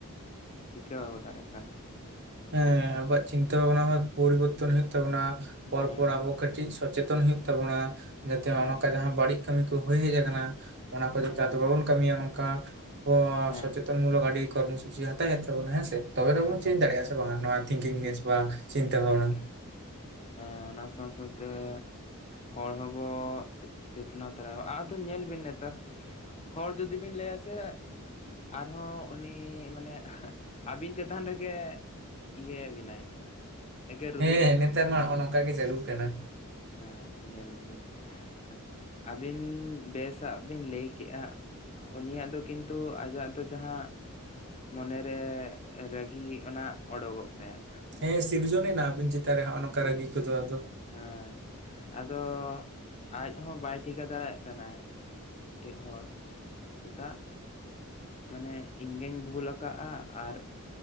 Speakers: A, on the left (about 30°); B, on the right (about 50°).
A: ᱴᱷᱤᱠᱟᱹ ᱵᱟᱵᱚ ᱫᱟᱲᱮᱭᱟᱜ ᱠᱟᱱᱟ ᱾
B: ᱦᱮᱸ ᱟᱵᱚᱣᱟᱜ ᱪᱤᱱᱛᱟᱹ ᱵᱷᱟᱵᱱᱟ ᱦᱚᱸ ᱯᱚᱨᱤᱵᱚᱨᱛᱚᱱ ᱦᱩᱭᱩᱜ ᱛᱟᱵᱚᱱᱟ ᱯᱚᱨᱯᱚᱨ
A: ᱦᱮᱸ
B: ᱟᱵᱚ ᱠᱟᱹᱴᱤᱡ ᱥᱚᱪᱮᱛᱚᱱ ᱦᱩᱭᱩᱜ ᱛᱟᱵᱚᱱᱟ ᱡᱟᱛᱮ
A: ᱦᱮᱸ
B: ᱦᱚᱜ-ᱚ ᱱᱚᱝᱠᱟ ᱡᱟᱦᱟᱸ ᱵᱟᱹᱲᱤᱡ ᱠᱟᱹᱢᱤ ᱠᱚ ᱦᱩᱭ ᱦᱮᱡ ᱟᱠᱟᱱᱟ ᱚᱱᱟ ᱠᱚ
A: ᱦᱮᱸ
B: ᱡᱟᱛᱮ ᱟᱫᱚ ᱵᱟᱵᱚᱱ ᱠᱟᱹᱢᱤᱭᱟ ᱱᱚᱝᱠᱟ ᱠᱚ
A: ᱦᱮᱸ
B: ᱥᱚᱪᱮᱛᱚ ᱛᱚᱱ ᱢᱩᱞᱚᱠ ᱟᱹᱰᱤ ᱠᱚᱨᱢᱚ ᱥᱩᱪᱤ ᱦᱟᱛᱟᱣ ᱦᱩᱭᱩᱜ ᱛᱟᱵᱚᱱᱟ ᱦᱮᱸ ᱥᱮ, ᱛᱚᱵᱮ ᱫᱚᱵᱚ
A: ᱮᱠᱫᱚᱢ
B: ᱪᱮᱧᱡᱽ ᱫᱟᱲᱮᱜᱼᱟ ᱥᱮ ᱵᱟᱝ-ᱟ? ᱱᱚᱣᱟ ᱛᱤᱝᱠᱤᱝ ᱱᱮᱥ ᱵᱟ ᱪᱤᱱᱛᱟᱹ ᱵᱷᱟᱵᱱᱟ
A: ᱛᱷᱤᱝᱠᱤᱝ, ᱦᱮᱸ ᱚᱱᱟ ᱥᱟᱶ ᱥᱟᱶᱛᱮ ᱦᱚᱲ ᱦᱚᱸᱵᱚ ᱪᱮᱛᱱᱟ <unintelligible> ᱟᱫᱚ ᱧᱮᱞ ᱵᱤᱱ ᱱᱮᱛᱟᱨ ᱦᱚᱲ ᱡᱩᱫᱤ ᱵᱤᱱ ᱞᱟᱹᱭᱟ ᱥᱮ ᱟᱨᱦᱚᱸ ᱩᱱᱤ ᱢᱟᱱᱮ <unintelligible> ᱟᱹᱵᱤᱱ ᱪᱮᱛᱟᱱ ᱨᱮᱜᱮ ᱤᱭᱟᱹᱣ ᱟᱵᱤᱱᱟᱭ ᱮᱜᱮᱨ ᱨᱩᱦᱤᱫ
B: ᱦᱮᱸ ᱱᱮᱛᱟᱨ
A: ᱟᱹᱵᱤᱱᱟᱭ
B: ᱢᱟ ᱱᱚᱜᱼᱚ
A: ᱦᱮᱸ
B: ᱱᱚᱝᱠᱟ
A: ᱥᱮ,
B: ᱜᱮ ᱪᱟᱹᱞᱩᱜ ᱠᱟᱱᱟ
A: ᱦᱮᱸ ᱧᱮᱞ ᱵᱤᱱ ᱾ ᱟ ᱟᱹᱵᱤᱱ ᱵᱮᱥᱟᱜ ᱵᱤᱱ ᱞᱟᱹᱭ ᱠᱮᱜᱼᱟ ᱩᱱᱤᱭᱟᱜ ᱫᱚ ᱠᱤᱱᱛᱩ ᱟᱡᱟᱜ ᱫᱚ ᱡᱟᱦᱟᱸ ᱢᱚᱱᱮ ᱨᱮ ᱨᱟᱹ ᱜᱤ ᱚᱱᱟ ᱳᱰᱳᱠᱚᱜ ᱛᱟᱭᱟ ᱾
B: ᱦᱮᱸ ᱥᱤᱨᱡᱚᱱᱮᱱᱟ ᱟᱵᱤᱱ ᱪᱮᱛᱟᱱ ᱨᱮ ᱦᱚᱜᱼᱚ ᱱᱚᱝᱠᱟ ᱨᱟᱹᱜᱤ ᱠᱚᱫᱚ ᱟᱫᱚ ᱾
A: ᱦᱮᱸ ᱟᱫᱚ ᱟᱡ ᱦᱚᱸ ᱵᱟᱭ ᱴᱷᱤᱠᱟᱹ ᱫᱟᱲᱮᱭᱟᱜ ᱠᱟᱱᱟᱭ ᱢᱤᱫᱴᱤᱡ ᱦᱚᱲ ᱪᱮᱫᱟᱜ ᱢᱟᱱᱮ ᱤᱧ ᱜᱮᱧ ᱵᱷᱩᱞ ᱟᱠᱟᱫᱼᱟ ᱟᱨ